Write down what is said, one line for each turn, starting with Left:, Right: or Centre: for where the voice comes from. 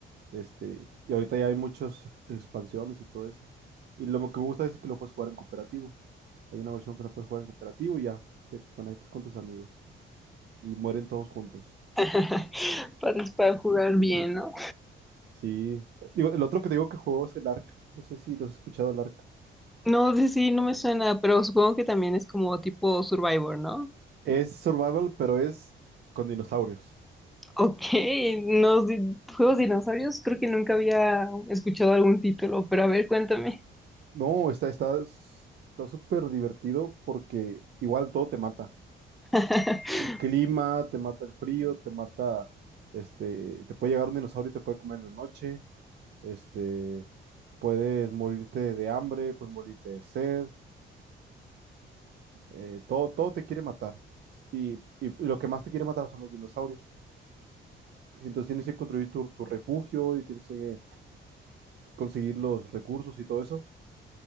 Right: Este, y ahorita ya hay muchas expansiones y todo eso. Y lo que me gusta es que lo puedes jugar en cooperativo. Hay una versión que la puedes jugar en cooperativo y ya te conectas con tus amigos. Y mueren todos juntos.
Centre: <laughs> Para, para jugar bien, ¿no?
Right: Sí. Digo, el otro que te digo que juego es el Ark. No sé si lo has escuchado el Ark.
Centre: No, sí, sí, no me suena, pero supongo que también es como tipo Survivor, ¿no?
Right: Es survival, pero es con dinosaurios.
Centre: Ok, <laughs> no, di- juegos de dinosaurios, creo que nunca había escuchado algún título, pero a ver, cuéntame.
Right: No, está, está, está súper divertido porque igual todo te mata.
Centre: <laughs>
Right: El clima, te mata el frío, te mata, este, te puede llegar un dinosaurio y te puede comer en la noche, este, puedes morirte de hambre, puedes morirte de sed, eh, todo, todo te quiere matar. Y, y lo que más te quiere matar son los dinosaurios. Entonces tienes que construir tu, tu refugio y tienes que conseguir los recursos y todo eso,